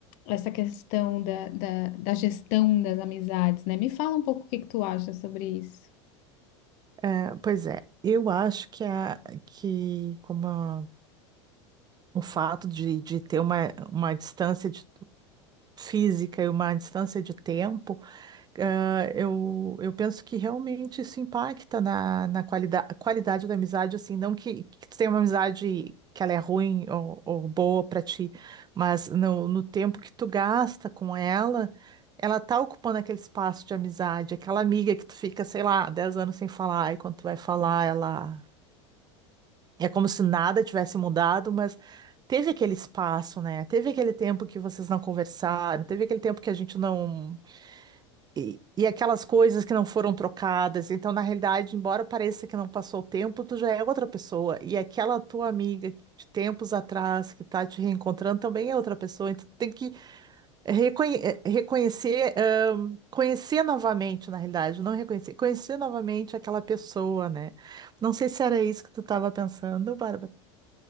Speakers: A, on the left; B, on the right.
A: essa questão da, da, da gestão das amizades, né? Me fala um pouco o que que tu acha sobre isso.
B: é, pois é, eu acho que, a, que como a- o fato de, de ter uma, uma distância de- física e uma distância de tempo Ah, eu, eu penso que realmente isso impacta na, na qualida, qualidade da amizade, assim, não que, que tu tenha uma amizade que ela é ruim ou, ou boa para ti, mas no, no tempo que tu gasta com ela, ela tá ocupando aquele espaço de amizade, aquela amiga que tu fica, sei lá, 10 anos sem falar, e quando tu vai falar, ela é como se nada tivesse mudado, mas teve aquele espaço, né? Teve aquele tempo que vocês não conversaram, teve aquele tempo que a gente não e, e aquelas coisas que não foram trocadas. Então, na realidade, embora pareça que não passou o tempo, tu já é outra pessoa. E aquela tua amiga de tempos atrás que tá te reencontrando também é outra pessoa. Então, tu tem que reconhe- eh, reconhecer, ahn, conhecer novamente, na realidade, não reconhecer, conhecer novamente aquela pessoa, né? Não sei se era isso que tu estava pensando, Bárbara,